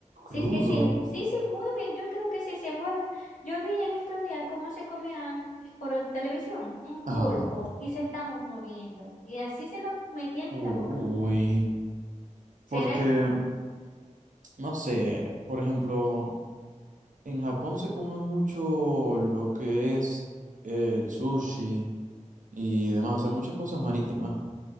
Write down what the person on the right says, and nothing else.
Crudo.
ajá,
Uy.
Porque,
no sé, por ejemplo, en Japón se come mucho lo que es el sushi y demás, o sea, muchas cosas marítimas,